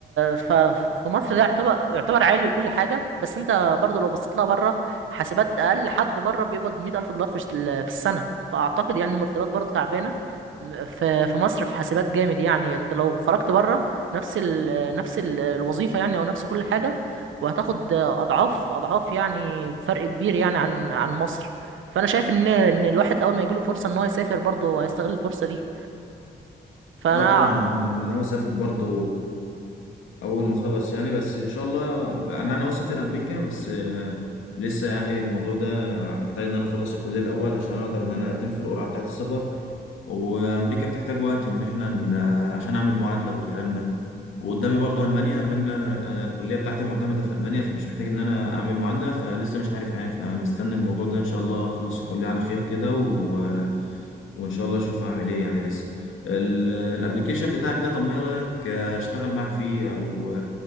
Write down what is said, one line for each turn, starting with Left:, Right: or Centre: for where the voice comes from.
Right: ف... في مصر ده يعتبر يعتبر عالي وكل حاجة بس انت برضو لو بصيت لها بره حاسبات اقل حد بره بيقبض مئة ألف دولار في الش- في السنة فأعتقد يعني المرتبات برضو تعبانة في في مصر في حاسبات جامد يعني يعني انت لو خرجت بره نفس ال... نفس ال... الوظيفة يعني او نفس كل حاجة وهتاخد اضعاف اضعاف يعني فرق كبير يعني عن عن مصر فانا شايف ان ان الواحد اول ما يجيله فرصة ان هو يسافر برضه هيستغل الفرصة دي فانا
Left: اه طبعا انا أنا ناوي اسافر برضه اول ما اخلص يعني بس ان شاء الله انا انا ناوي اسافر امريكا بس آه، لسه يعني الموضوع ده محتاج ان انا اخلص الكليه الاول عشان اقدر ان انا اقدم في القرعه بتاعه السفر وامريكا بتحتاج وقت ان احنا ن- عشان اعمل معادله والكلام ده وقدامي برضو المانيا المانيا أنا الكليه بتاعتي معتمده في المانيا فمش محتاج ان انا اعمل معادله فلسه مش عارف يعني فمستني الموضوع ده ان شاء الله اخلص الكليه على خير كده و... وان شاء الله اشوف هعمل ايه يعني لسه ال- الابليكيشن بتاعك ده طب ما ايه رايك اشتغل معاك فيه او